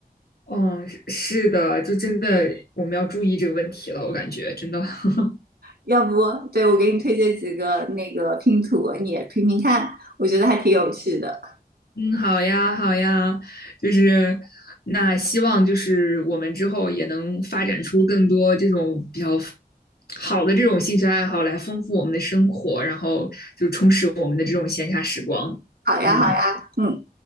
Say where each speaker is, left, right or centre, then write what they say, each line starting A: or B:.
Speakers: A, on the left; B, on the right.
A: 哦，是是的，就真的我们要注意这个问题了，我感觉真的。<laughs>
B: 要不，对，我给你推荐几个那个拼图，你也拼拼看，我觉得还挺有趣的。
A: 嗯，好呀，好呀，就是那希望就是我们之后也能发展出更多这种比较好的这种兴趣爱好来丰富我们的生活，然后就充实我们的这种闲暇时光。
B: 好呀，
A: 嗯，
B: 好呀，嗯，